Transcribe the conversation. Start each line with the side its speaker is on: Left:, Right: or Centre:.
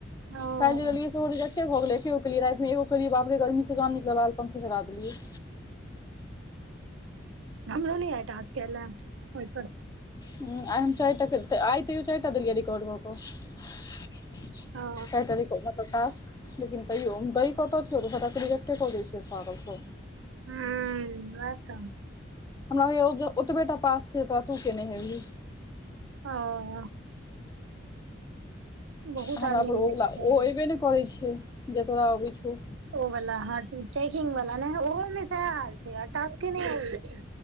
Right: ओ
Left: काल्हि जे दियै सरज। भऽ गेल एकेो केलिय रामे एो किय बाप रे गर्मी जे नल आल पंखे चलाा दियै
Right: हमलो न आय जे कल ओहि पर
Left: हुँ आ हम चारिटा आइ तेयो चारटा देलियै रिकॉर्ड कए तारीख,
Right: ओ
Left: चारिटा प्रकाश लेकिन तैयो दह कतऽ छियो सबटा रिएक्टे कऽ दै छिय पागल सभ
Right: हू वहा तऽ
Left: हमरा ओतबेटा पास छै तऽ के ने हेबही
Right: ओ। बहुत
Left: हमरा
Right: आदमी
Left: पर
Right: रिजेक्ट
Left: ओला
Right: कऽ
Left: ओ
Right: दै
Left: अऐबे
Right: छै
Left: नहि करैत छैय जे तोरा अबै छै
Right: ओ वला ह चैकिंग वला न ओहोमे सेहा हाल छै, तस्के नै आब छै